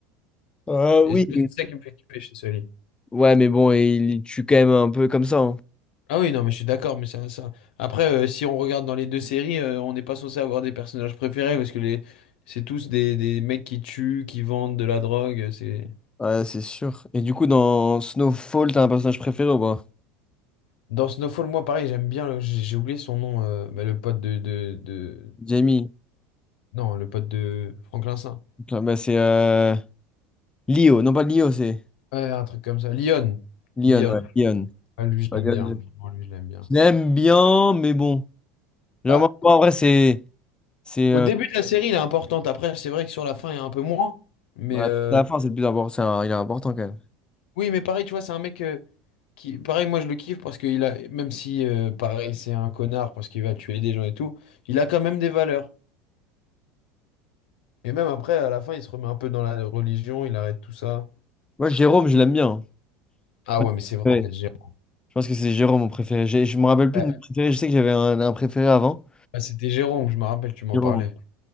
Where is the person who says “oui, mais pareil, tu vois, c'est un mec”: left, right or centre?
Left